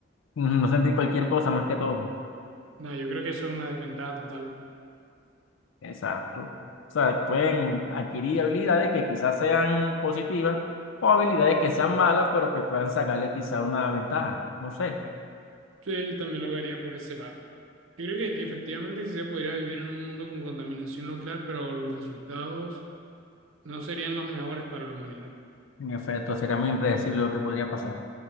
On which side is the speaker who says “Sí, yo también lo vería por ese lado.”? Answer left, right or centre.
Right